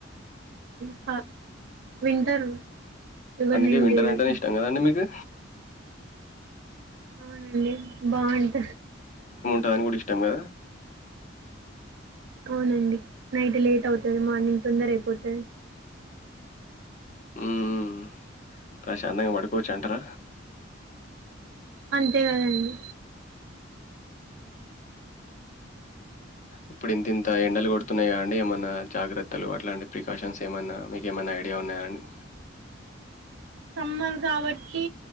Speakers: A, on the right; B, on the left.
A: స వింటర్ ఇవన్నీ
B: అందుకే
A: ఏం
B: వింటర్
A: చేయదు
B: అంటేనే ఇష్టం కదండి మీకు.
A: అవునండి బాగుంట
B: టాన్ గూడ ఇష్టం కదా
A: అవునండి నైట్ లేట్ అవుతది మార్నింగ్ తొందర అయిపోతది
B: ఉమ్ ప్రశాంతంగా పడుకోవచ్చు అంటార
A: అంతే కదండి
B: ఇప్పుడు ఇంత ఇంత ఎండలు కొడుతున్నాయా గా అండి ఏమన్నా జాగ్రత్తలు అట్లాంటి ప్రికాషన్స్ ఏమన్నా మీకు ఏమన్నా ఐడియా ఉన్నాయా అండి
A: సమ్మర్ కాబట్టి